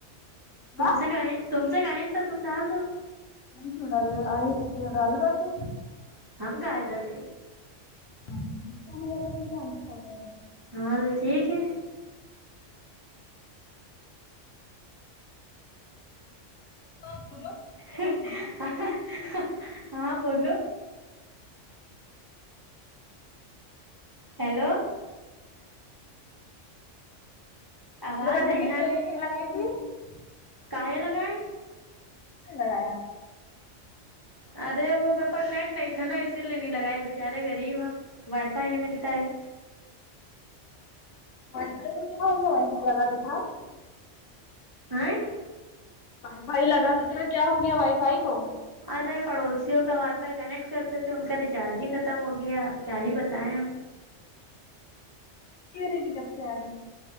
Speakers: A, on the right (about 30°); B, on the left (about 80°).
A: تم
B: ہاں
A: سے کاائے تم سے کہیں ہے تو تم ڈال دو
B: ہم کیوں ڈالو ایہ سب سے ڈالوا تے
A: ہم کاہے ڈالے
B: <unintelligible>
A: ہاں یہ ٹھیک ہے
B: بات کرو
A: ہ
B: میرے
A: ہ اہ ہاں بولو ہیلو آواز
B: برتھ
A: نہیں
B: ڈے کی اسٹوری
A: آ رہی
B: نہیں لگائی تھی کس
A: کاہے لگایں
B: لگایا
A: ارے وہ میرے پاس نیٹ نہیں تھا نا اسی لیے نہیں لگایا بیچارے غریب ہے وائی فائی نہیں ملتا ہے
B: وائی فائی کو کیا ہوگیا ہے لگاتو تھا
A: آءے
B: وائی فائی لگا تو تھا کیا ہو گیا وائی فائی کو
A: ارے پڑوسیوں کا وائی فائی کنیکٹ کرتے تھے ان کا ریچارج ہی ختم ہو گیا ہے آب کیا ہی بتائیں ہم
B: کیوں نے جب سے آ رہئے